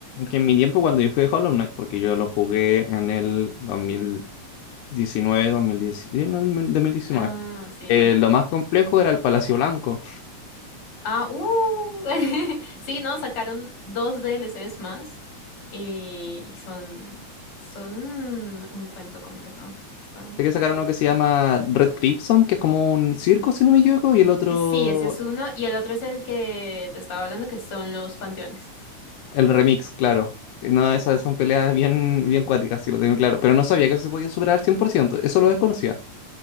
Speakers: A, on the left; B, on the left.
A: que en mi tiempo cuando yo jugué Hollow Knight, porque yo lo jugué en el 2019, 2019, no, en el 2019,
B: Ah, sí.
A: eh, lo más complejo era el Palacio Blanco.
B: Ah, uh. <laughs> Sí, no, sacaron dos DLCs más eh, y son, son un cuento completo. Están,
A: Sé que sacaron
B: están-
A: uno que se llama Red Crimson, que es como un circo, si no me equivoco, y el otro,
B: Sí, ese es uno y el otro es el que te estaba hablando, que son los panteones.
A: el remix, claro. Eh, No, esas son peleas bien, bien cuáticas, si lo tengo claro. Pero no sabía que se podía superar al 100%. eso lo desconocía.